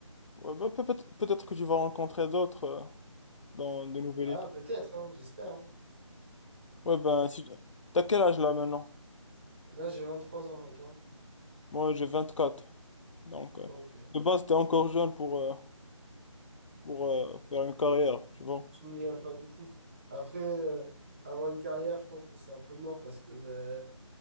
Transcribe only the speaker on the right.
Ah,
peut-être, hein, j'espère. hein.
Là, j'ai 23 ans, et toi?
Ok.
Continue à faire du foot. Après, euh, avoir une carrière, je pense que c'est un peu mort parce que ben